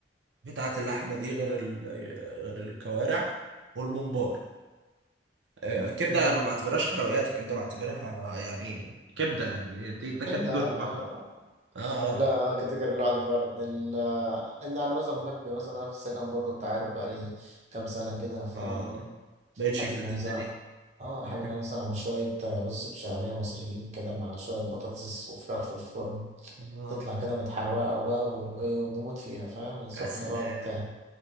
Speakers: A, on the right (about 80°); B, on the right (about 40°).
A: قطعة اللحمة دي غير ال... غير الكوارع والممبار آه، الكبدة
B: مم.
A: ما بعتبرهاش حلويات الكبدة بعتبرها يعني كبده يعني دي ده كاتيجوري
B: ابدأ عادي
A: لوحده
B: آه.
A: اه اه
B: لا آه، كاتيجوري لوحدي فعلا ال- آه، ان انا مثلا بحب مثلا انا في السكن برضه انت عارف بقالي كام سنه كده ف
A: اه اه بقتش
B: احب
A: في
B: ان
A: قد
B: انا مثلا
A: الدنيا
B: اه
A: <laughs>
B: احب ان انا مثلا اعمل شويه آه، رز بشعريه مصريين كده مع شويه بطاطس وفراخ في الفرن
A: اه
B: تطلع كده متحروقه وبقى وايه ونموت فيها فاهم سخنه
A: يا سلام
B: بقى وبتاع